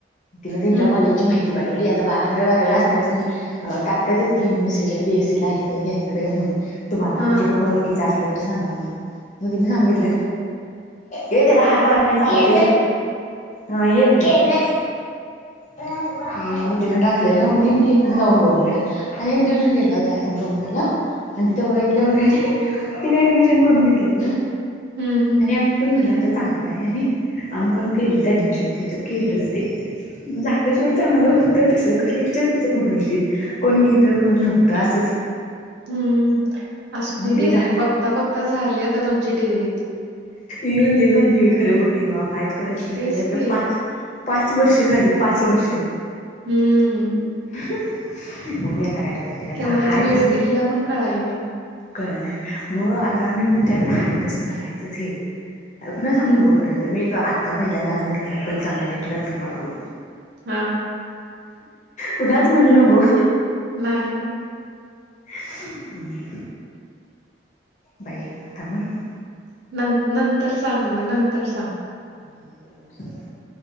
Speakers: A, on the left; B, on the right.
A: तिनं त्यांच्या
B: हं,
A: कॉलेजची माहिती काढली. ती आता अकरा, बारावेेला असणारच. मी टाकतातच की मेसेज बी, एसी ला इकडे घ्या, तिकडे घ्या, म्हण. तुम्हाला,,
B: हां.
A: म्हणजे कोण ओळखीच असलं तर सांगा म,,, मग तिनं सांगितलं.
B: <unintelligible>
A: ये त्याला हात लावायच नाही चावतयं ते हं, ये <unintelligible> हा मग तिन टाकलेलं,, म मग ति म्हटली हितनल जाऊन बघून येऊया, आणि एक दिवशी तिला जायाचं -- आणि म्हणाल्या तिथ बघाय गेल्यावर,, तिने ऍडमिशन करून घेतलं गं.
B: हं, हं,
A: आणि आम्ही पण म्हणला तर चांगला आहे आणि- - आम्ही पण केलंच ऍडमिशन,, तिथं केलंच ते झाल्ं सोड चांगलं, होतं तस खरं लेक्चर बिकचर कुठं हुतीत. कोण घेतं, कोण नव्हतं असंच..
B: हम्म,, असू
A: मग
B: दे घे,,
A: ते झालं
B: बघता, बघता झाली आता तुमची डिग्री ती
A: इन <unintelligible> खरं बघकी म कायच करायचं नव्ह
B: तेच
A: यातलं
B: की
A: पाच, पाच -- पाच वर्षे झाली,, पाच वर्षे.
B: हम्म.
A: मम. काय आता ठेवतोय
B: केवढ्यात
A: हाय
B: वेळ
A: तस
B: गेलेला पण कळाय नाही.
A: कळना मो आत मी म्हणत्या काय कसं करायचं ते,, कून्हाला सांगू
B: हं.
A: नको खरं पर्यंत मी तो आ. आता पहिल्यांदा अजून घरातण सांगाय नाई तुलाच सांगाय लागलोय.
B: हा.
A: कुनालाच म्हणू नको.
B: नाही नाही.
A: हम्. बाई त्यामुळं --
B: न ऽनंतर सांग मग,, नंतर सांग..
A: हं. बरं, बरं.